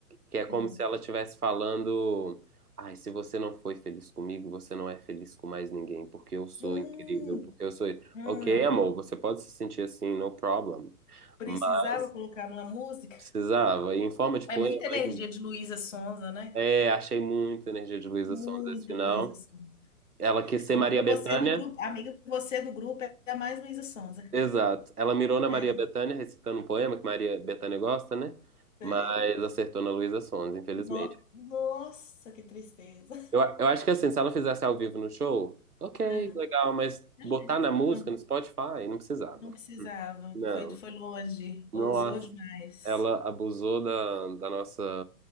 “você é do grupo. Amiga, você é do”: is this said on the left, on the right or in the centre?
Left